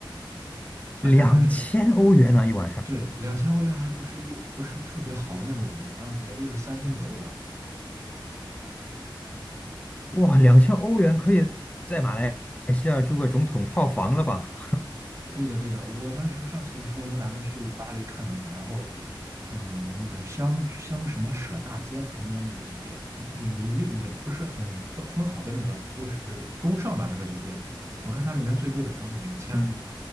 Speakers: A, on the right; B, on the left.
A: 而且还是
B: 两千欧元呢、一晚上。
A: 对两千欧元，还不是一不是特别好的那种酒店，好像是也就是三星左右吧。
B: 哇，两千欧元可以在马来西亚住个总统套房了吧？
A: 对的，对的，我当时上次不是我们打算去巴黎看一下，然后，呃，那个香香什么舍大街旁边那个酒店，也也也也不是很很很好的那个，就是中上吧那个酒店，我看它里面最贵的房子两千
B: <laughs> 嗯，